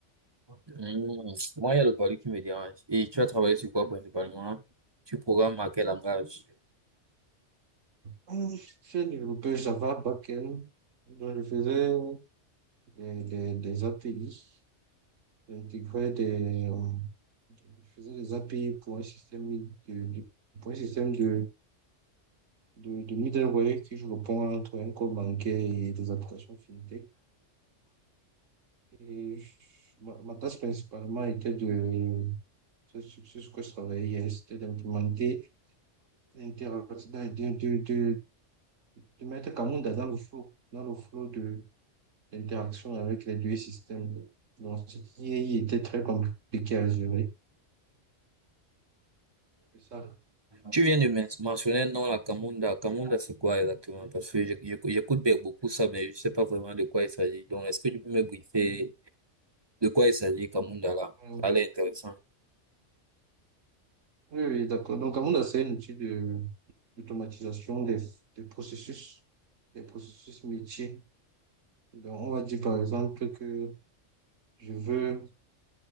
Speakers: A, on the right; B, on the right.
A: Hmm, Moi, il y a le palu qui me dérange. Et tu as travaillé sur quoi principalement? Tu programmes à quel langage?
B: Hum, J'ai développé Java backend. Donc, je faisais des, des, des API. J'intégrais des, euh, je faisais des API pour un système de, de- pour un système de, de, de middleware qui joue le pont entre un code bancaire et des applications fintech. Et je- ma, ma tâche principalement était de, c'est sur sur ce que je travaillais, hier, c'était d'implémenter, d'inter- de, de, de, de mettre Camunda dans le flow, dans le flow de, l'interaction avec les deux systèmes. Donc, ce qui était très compliqué à gérer. C'est ça.
A: Tu viens de men- mentionner non la Kamunda. Kamunda, c'est quoi exactement? Parce que je- je- j'écoute be- beaucoup ça, mais je sais pas vraiment de quoi il s'agit. Donc, est-ce que tu peux me briefer de quoi il s'agit, Kamunda, là?
B: euh,
A: Ça a l'air intéressant.
B: Oui, oui, d'accord. Donc, Amanda, c'est un outil de, d'automatisation des, des processus, des processus métiers. Donc, on va dire, par exemple, que je veux,